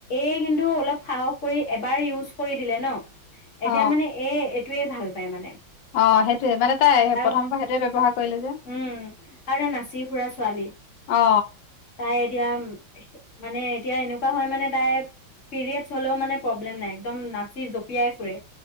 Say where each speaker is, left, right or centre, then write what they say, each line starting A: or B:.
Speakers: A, on the left (about 45°); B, on the left (about 65°).
A: কিন্তু, অলপ সাহস কৰি এবাৰ ইউজ কৰি দিলে ন
B: অ
A: এতিয়া মানে, এ টোৱে ভাল পায় মানে।
B: অ' সেইটোয়ে, মানে তাই
A: আৰু
B: প্ৰথমৰপৰা সেইটোৱে ব্যৱহাৰ
A: উম!
B: কৰিলে যে
A: আৰু তাই নাচি ফুৰা ছোৱালী,
B: অ
A: তাই এতিয়া মানে, এতিয়া এনেকুৱা হয় মানে তাইৰ পিৰিয়ডছ, হলেও মানে প্ৰব্লেম নাই একদম নাচি জঁপিয়াই ফুৰে।